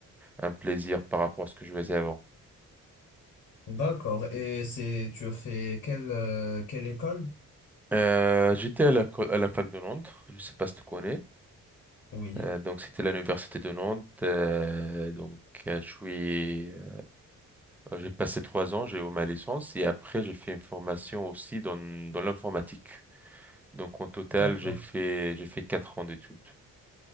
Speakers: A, in the centre; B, on the left (about 50°).
A: un plaisir par rapport à ce que je faisais avant.
B: D'accord. Et c'est, tu as fait quelle, euh, quelle école?
A: Euh, j'étais à la, co- à la fac de Londres, je sais pas si tu connais.
B: Oui,
A: Euh, donc c'était à l'université de Nantes. Euh, donc euh, je suis, euh, euh, j'ai passé trois ans, j'ai eu ma licence et après j'ai fait une formation aussi dans dans l'informatique. Donc en total
B: d'accord,
A: j'ai fait j'ai fait quatre ans d'études.